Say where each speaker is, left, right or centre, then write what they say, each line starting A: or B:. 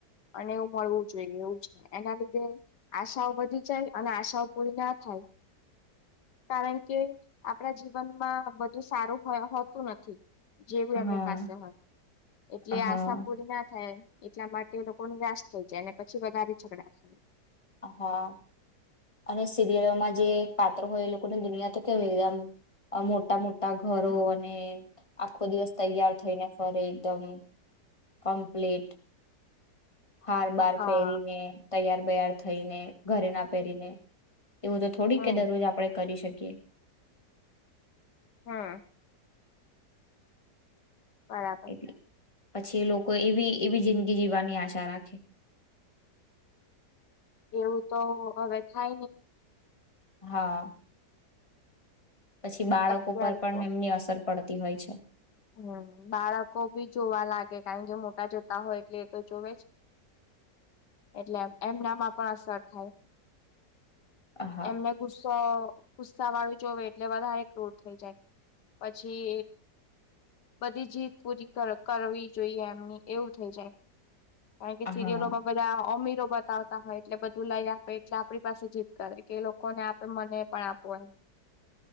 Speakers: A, on the left (about 75°); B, on the left (about 20°).
A: અને એવું મળવું જોઈએ એવું. એના લીધે આશાઓ વધી જાય અને આશાઓ પૂરી ના થાય, કારણ કે આપણા જીવનમાં બધું સારું હોતું નથી. જેવું એમની
B: હા
A: પાસે હોય. એટલે
B: હા.
A: આશા પૂરી ના થાય. એટલા માટે લોકો ની રાશ થઈ જાય અનેને પછી વધારે ઝગડા છે.
B: હા, અને સિરિયલમાં જે પાત્ર હોય પને દુનિયા ત કે વેખ મોટા મોટા ઘરો
A: હમ
B: અને આખો દિવસ તૈયાર થઈને ફરે. એકમ કમપ્લીટ. હાર બાર
A: હા
B: પહેરીને. તૈયાર બૈાર થઈને ઘરે ના પહેરીને. એવું તો થોડીક
A: હમ
B: કે દરરોજ આપડણે કરી શકીએ. શકીએ.
A: હા. બરાબર.
B: એટલે પછી એ લોકો એવી એવી જિંદગી જીવવાની આશા રાખે
A: એવું તો હવે થાય નહી.
B: હા. પછી બાળકો
A: અત્યારે
B: પર પણ
A: તો
B: એમની અસર પડતી હોય છે.
A: હમ બાળકો ભી જોવા લાગે કારણ કે મોટા જોતા હોય એટલે એ તો જોવે, એટલે એમના માં પણ અસર થાય.
B: હા
A: એમને ગુસ્સો ગુસ્સા વાળી જોવે એટલે વધારે ક્રૂર થઈ જાય, પછી બધી જીત પૂરી કરવી જોઈએ એમની એવું થઈ જાય. કારણ કે
B: હા.
A: સિરિયલોમાં બધા અમીરો બતાવતા હોય એટલે બધું લઈ આપે એટલે આપણી પાસે જીત કરે કે એ લોકોને આપે મને પણ આપું એ.